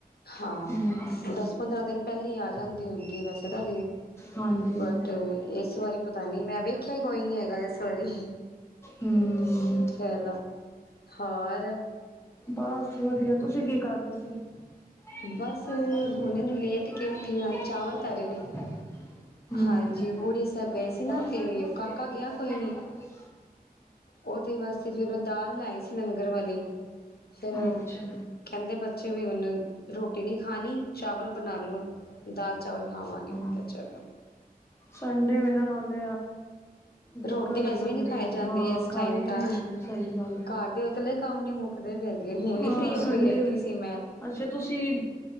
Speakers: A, on the left (about 80°); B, on the left (about 15°).
A: ਹਾਂ
B: ਹਮ
A: ਦਸ ਪੰਦਰਾਂ ਦਿਨ ਪਹਿਲੋ ਆ ਜਾਂਦੀ ਹੁੰ ਵੈਸੇ ਤਾਂ,
B: ਹਾਂਜੀ
A: ਬਟ ਇਸ ਬਾਰੀ ਪਤਾ ਨਹੀਂ ਮੈਂ ਵੇਖਿਆ ਕੋਈ ਨੀ ਹੈਗਾ ਇਸ ਵਾਰੀ
B: ਹਮ
A: ਚਲੋ ਹੋਰ
B: ਬਸ ਵਧੀਆ, ਤੁਸੀਂ ਕੀ ਕਰ ਰਹੇ ਸੀ ਬ
A: ਬਸ ਹੁਣੇ ਨੂੰ ਲੇਟ
B: ਚਾਹ
A: ਕੇ ਉੱਠੀ ਆ ਚਾਵਲ ਧਰੇ ਨੇ
B: ਹਮ
A: ਹਾਂਜੀ ਬੂੜੇ ਸਾਹਿਬ ਗਏ ਸੀ
B: ਹਮ
A: ਨਾ ਤੇ ਕਾਕਾ ਗਿਆ ਕੋਈ ਨੀ ਉਹਦੇ ਵਾਸਤੇ ਫੇਰ ਦਾਲ ਲਾਈ ਸੀ ਲੰਗਰ ਵਾਲੀ ਫੇਰ,
B: ਅੱਛਾ।
A: ਕਹਿੰਦੇ ਬੱਚੇ ਵੀ ਹੁੰਨ ਰੋਟੀ ਨਹੀਂ ਖਾਣੀ, ਚਾਵਲ ਬਣਾ ਲਓ ਦਾਲ ਚਾਵਲ ਖਾਵਾਂਗੇ
B: ਦਿਓ।
A: ਚ-
B: ਸੰਡੇ ਵੀ ਨਾਂ ਨਾਲੇ ਦਿੱਕਤ
A: ਰੋਟੀ ਵੈਸੇ
B: ਹੋ ਜਾਂਦੀ
A: ਵੀ ਨਹੀਂ ਖਾਈ
B: ਬਣਾਉਣੀ
A: ਜਾਂਦੇ
B: ਹਾਂ
A: ਆ ਇਸ
B: ਖਾਏ
A: ਟਾਈਮ ਤਾਂ,
B: ਨਹੀਂ ਜਾਂਦੇ ਸਹੀ ਗੱਲ ਹੈ।
A: ਘਰ ਦੇ ਉਤਲੇ ਕੰਮ ਨੀ ਮੁੱਕਦੇ ਪਏ ਹੁਣ
B: ਹਾਂ
A: ਨ ਫਰੀ ਹੋ
B: ਸੰਡੇ
A: ਕੇ ਲੇਟੀ
B: ਹੋਈ
A: ਸੀ ਮੈਂ
B: ਅੱਛਾ, ਤੁਸੀਂ